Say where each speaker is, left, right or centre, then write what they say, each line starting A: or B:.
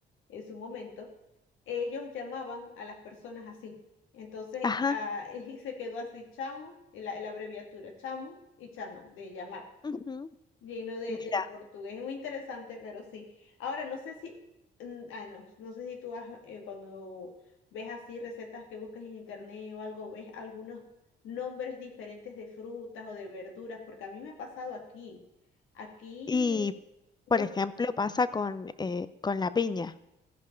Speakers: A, on the left; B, on the left.
A: en su momento, ellos llamaban a las personas así. Entonces,
B: ajá.
A: ah, <laughs> y se quedó así chamo, y la, la abreviatura chamo y chama, de llamar
B: ujú.
A: lleno de,
B: Mira.
A: de portugués. Es muy interesante, pero sí. Ahora, no sé si, mm, ay, no, no sé si tú has, eh, cuando ves así recetas que buscas en internet o algo, ves algunos nombres diferentes de frutas o de verduras, porque a mí me ha pasado aquí. Aquí,
B: Y,
A: no
B: por
A: s-
B: ejemplo, pasa con, eh, con la piña.